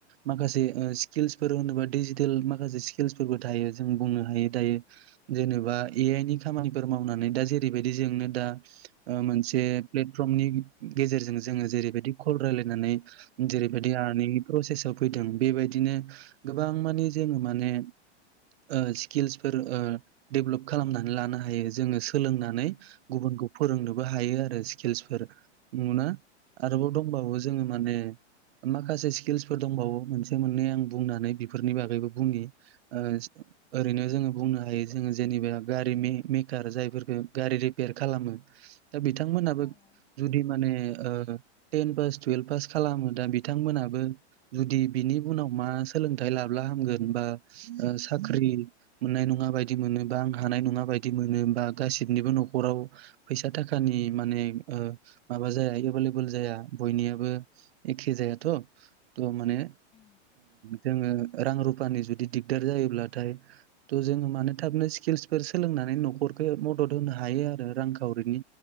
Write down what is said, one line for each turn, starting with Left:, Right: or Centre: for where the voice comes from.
Right: माखासे ओ स्किलस फोरोंनोबा दिजिटेल माखासे स्किलसफोरबो थायो जों बुंनो हायो दायो जेनेबा ए आइनि खामानिफोर मावनानै दा जेरैबायदि जोंनो दा
Left: औ
Right: मोनसे प्लेटफर्मनि गेजेरजों जोङो जेरैबायदि कल रायलायनानै
Left: औ उम औ
Right: जेरैबायदि आरनिं प्रसेसआव फैदों बेबायदिनो गोबां माने जोङो माने ओ स्किल्सफोर ओ डेभ्लप खालामनानै लानो हायो जोङो सोलोंनानै
Left: उम
Right: गुबुन गुबु फोरोंनोबो हायो आरो स्किल्सफोर नुना आरोबाव दंबावो जोङो माने माखासे स्किल्सफोर दंबावो मोनसे मोननै आं बुंनानै बेफोरनि बागैबो बुंनि ओ ओरैनो जोङो बुंनो हायो जों जेनेबा गारिनि रिप्यार जायफोरखो गारि रिप्यार खालामो दा बिथांमोनाबो
Left: औ उम
Right: जुदि माने ओ तेन पास तुयेल्फ पास खालामो दा बिथांमोनाबो जुदि बिनि उनाव मा सो सोलोंथाइ लाब्ला हामगोन बा ओ साख्रि मोननाय नङा बायदि मोनो बा आं हानाय नङा बा बायदि मोनो बा गासैनिबो नख'राव फैसा थाखानि माने ओ माबा जाया एभेलेबेल जाया बयनियाबो एखे जायाथ' थ माने
Left: औ औ औ
Right: जोङो रां रुफानि जुदि दिगदार जायोब्लाथाय थ जोङो मानो थाबनो स्किल्सफोर सोलोंना नै नख'रखौ मदद होनो हायो आरो रां खावरिनि